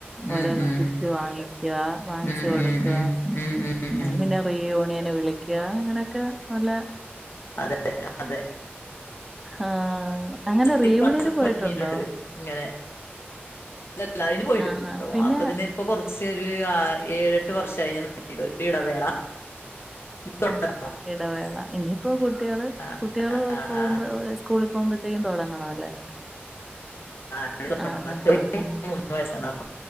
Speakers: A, on the left; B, in the centre.
A: ഉം
B: ഓരോ
A: ഉം
B: ഗിഫറ്റ് വാങ്ങിക്ക വാങ്ങിച്ച്
A: ഉം
B: കൊടുക്ക
A: ഉം ഉം ഉം ഉം ഉം
B: പിന്നെ റി യൂണിയൻ വിളിക്കുക അങ്ങനെയൊക്കെ നല്ല
A: അതെ അതെ
B: ആ അങ്ങനെ റ
A: ഒരു
B: റീയൂണീന്
A: ക്ലാസ്സിൽ
B: പോയിട്ടുണ്ടോ
A: തുടങ്ങിയിട്ടുണ്ട് ഇങ്ങനെ ഇല്ല അതിന് പോയിട്ടുണ്ടല്ലോ
B: ആഹാ പിന്നെ
A: അപ്പൊ തന്നെ ഇപ്പൊ കുറച്ച് പേര് ഏഴ് എട്ടു വർഷമായി ഒരു ഇടവേള തുടങ്ങണം.
B: ആ ഇടവേള ഇനിയിപ്പോ കുട്ടികൾ
A: ആഹ്
B: കുട്ടികൾ
A: ആഹ്
B: പോവുമ്പോൾ
A: ആഹ്
B: സകൂളിൽ പോകുമ്പോത്തേക്കും തുടങ്ങണമല്ലേ
A: ആഹ് തുടങ്ങണം
B: ആ
A: ചെറിയ
B: ആ
A: വയസ്സാണ് ന്നാ